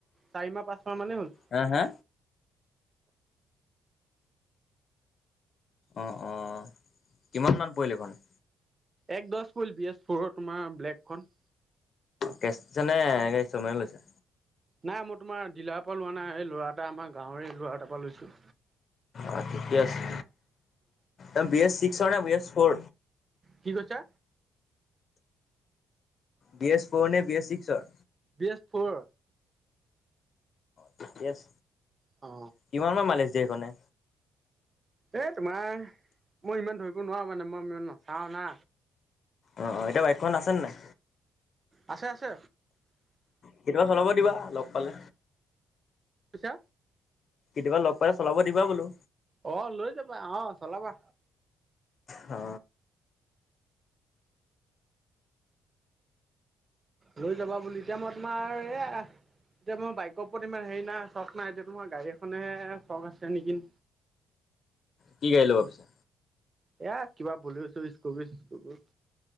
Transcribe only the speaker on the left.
হা হা অঁ অঁ কিমান মান পৰিল এখন
কেচ নে এনে স্তলমেন লৈচা
অ ঠিকে আছে এ বি এছ চিক্সৰ নে বি এছ ফৰ
বি এছ ফ'ৰ নে বি এছ ছিক্সৰ
ঠিকে আছ
কিমান মান মালিচ দিয়ে সেইখণে
অ অ এতিয়া বাইকখন আছেনে নাই
কেতিয়াবা চলাব দিবা লগ পালে
কেতিয়াবা লগ পালে চলাব দিবা বোলো
অ
কি গাড়ী ল'বা পিছে